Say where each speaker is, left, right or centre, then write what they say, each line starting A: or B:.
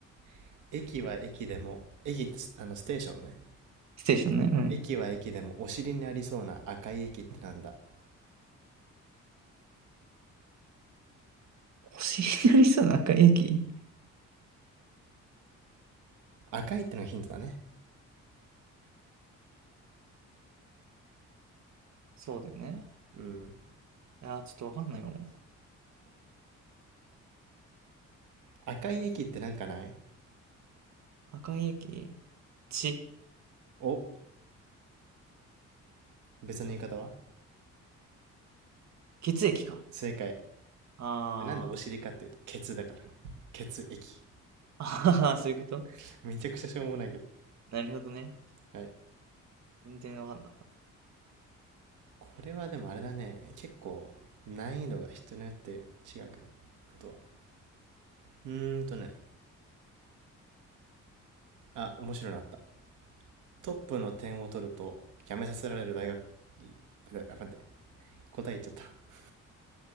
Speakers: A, on the right (about 80°); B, on the right (about 65°).
A: <laughs> 駅は駅でも、駅ってスあのステーションね。
B: ステーションね。うん。
A: 駅は駅でもお尻にありそうな赤い駅ってなんだ
B: お尻にありそうな赤い駅
A: 赤いってのがヒントだね。
B: そうだよね。
A: うん。
B: あー、ちょっとわかんないかもな。
A: 赤い駅ってなんかない
B: 赤い駅血、
A: お、別の言い方は
B: 血液か。
A: 正解。
B: あー。
A: でなんでお尻かっていうと、血だから。血液。
B: あはそういうこと
A: <laughs> めちゃくちゃしょうもないけど。
B: なるほどね。
A: はい。
B: 全然わかんなかった。
A: これはでもあれだね。結構、難易度が人によって違うけど。あとは。うーんとね。あ、面白いのあった。トップの点を取ると、辞めさせられる大学、あ、待って。答え言っちゃった。